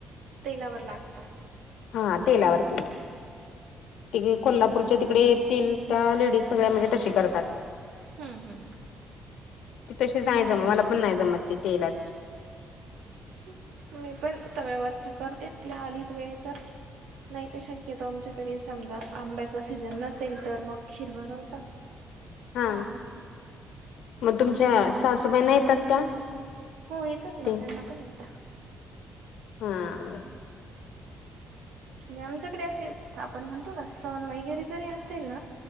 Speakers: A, on the right; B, on the left.
A: तेलावर लागतात ते
B: हा तेलावरती त कोल्हापूरच्या तिकडे येतील त्या लेडीज सगळ्या म्हणजे तशी करतात
A: हा हा
B: त तशी जाय जम मला पण नाही जमत तिथेला
A: मी पण तव्यावरच्या करते आपल्या आलीच वेळ तर नाही तर शक्यतो आमच्याकडे समजा आंब्याचा सीझन नसेल तर मगक्षीर बनवता
B: हा मग तुमच्या सासूबाईना येतात त्या
A: हो येतात ना
B: ते
A: त्यांना पण येत
B: हा
A: म्हणजे आमच्याकडे असे आपण म्हणतो ना सण वगैरे जरी असेल ना